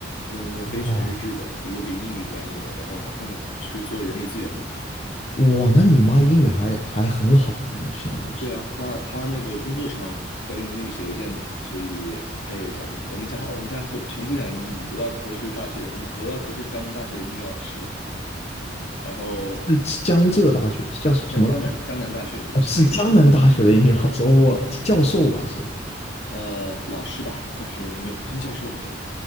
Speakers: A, on the left (about 70°); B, on the left (about 35°).
A: 嗯，那个非全日制的，
B: 哇，
A: 读了个英语专业，然后她后面是做人力资源的。
B: 哇，那你妈英语还还很好啊，那就相当于是
A: 嗯，对啊，她她那个工作上要用英语写邮件嘛，所以她也讲英语。我们家我们家都全部讲英语。我外婆是大学，我们我外婆是江南大学的英语老师，然后
B: 是江浙大学，是叫什什么大学？
A: 江江南江南大学无锡那个江南大学，
B: 哦是江南大学的英语老师，我教授吧是
A: 呃，老师吧，算是没不算教授吧。